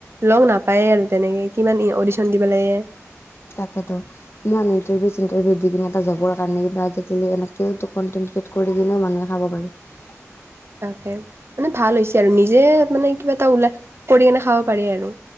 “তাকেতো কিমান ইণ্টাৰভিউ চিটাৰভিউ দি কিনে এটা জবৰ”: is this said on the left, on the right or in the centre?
Left